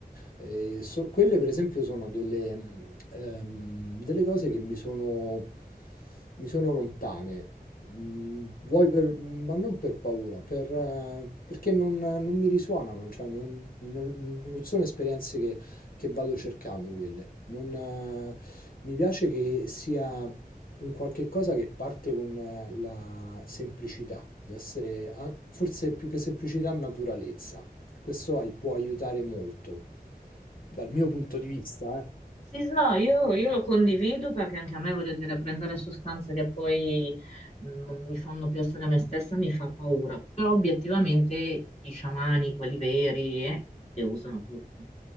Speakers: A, on the left (about 65°); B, on the left (about 45°).
A: Eh, so- quelle, per esempio, sono delle, mh, ehm, delle cose che mi sono, mi sono lontane. Mm, Vuoi per, ma non per paura, per, eh, perché non, non mi risuonano, cioè non, non- non sono esperienze che, che vado cercando quelle. Non, eh, mi piace che sia un qualche cosa che parte con eh, la semplicità, deve essere a- forse più che semplicità, naturalezza. Questo ai- può aiutare molto, dal mio punto di vista, eh.
B: Sì, s- no, io, io lo condivido perché anche a me, voglio dire, prendere sostanze che poi mh, non mi fanno più essere me stessa mi fa paura. Però obiettivamente gli sciamani, quelli veri, eh, le usano tutti.